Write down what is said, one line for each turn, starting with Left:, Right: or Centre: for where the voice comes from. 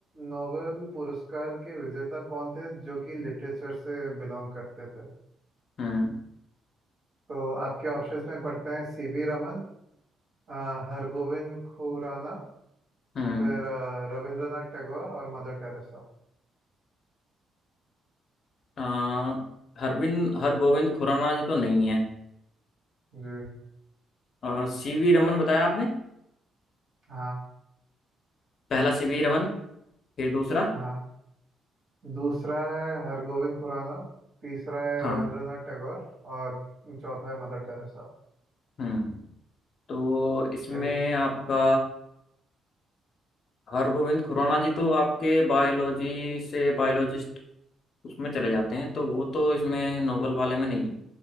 Right: नोबेल पुरस्कार के विजेता कौन थे जो कि लिटरेचर से बिलोंग करते थे
Left: हम्म
Right: तो आपके ऑप्शंस में पढ़ते हैं सीवी रमन अह, हरगोविंद खुराना
Left: हम्म
Right: फिर अह, रविंद्रनाथ टैगोर और मदर टेरेसा
Left: आ, हरविंद हरगोविंद खुराना जी तो नहीं है
Right: जी
Left: और सी वी रमन बताया आपने
Right: हाँ
Left: पहला सी वी रमन फिर दूसरा
Right: हाँ दूसरा है हरगोविंद खुराना तीसरा है
Left: हाँ
Right: रविंद्रनाथ टैगोर और चौथा है मदर टेरेसा
Left: हम्म तो इसमें
Right: सही है
Left: आपका हरगोविंद खुराना जी तो आपके बायोलॉजी से बायोलॉजिस्ट उसमें चले जाते हैं तो वो तो इसमें नोबेल वाले में नहीं है